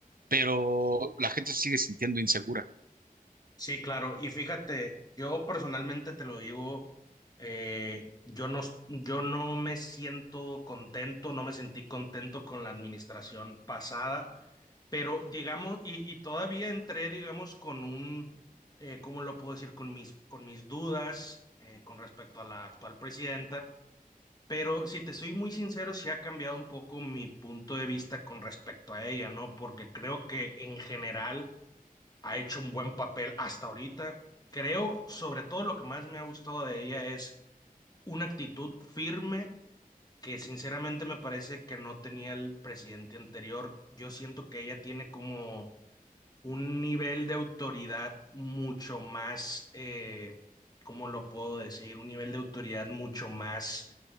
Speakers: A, on the right; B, on the left.
A: pero la gente se sigue sintiendo insegura.
B: Sí, claro. Y fíjate, yo personalmente te lo digo, eh, yo no, yo no me siento contento, no me sentí contento con la administración pasada, pero digamos, y, y todavía entré, digamos, con un, eh, ¿cómo lo puedo decir? Con mis, con mis dudas eh, con respecto a la actual presidenta, pero si te soy muy sincero, sí ha cambiado un poco mi punto de vista con respecto a ella, ¿no? Porque creo que en general ha hecho un buen papel hasta ahorita. Creo, sobre todo, lo que más me ha gustado de ella es una actitud firme que sinceramente me parece que no tenía el presidente anterior. Yo siento que ella tiene como un nivel de autoridad mucho más, eh, ¿cómo lo puedo decir? Un nivel de autoridad mucho más